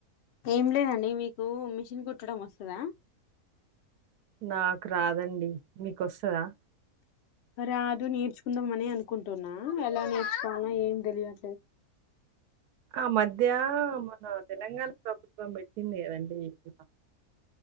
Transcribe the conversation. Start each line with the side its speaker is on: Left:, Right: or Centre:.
Left: ఏం లేదండి మీకు మిషన్ కుట్టడం వస్తదా
Right: నాకు రాదండి మీకు వస్తదా
Left: రాదు నేర్చుకుందామని అనుకుంటున్నా ఎలా నేర్చుకోవాలో ఏం తెలియట్లేదు
Right: ఆ మధ్య మన తెలంగాణ ప్రభుత్వం పెట్టింది కదండి ఇట్లా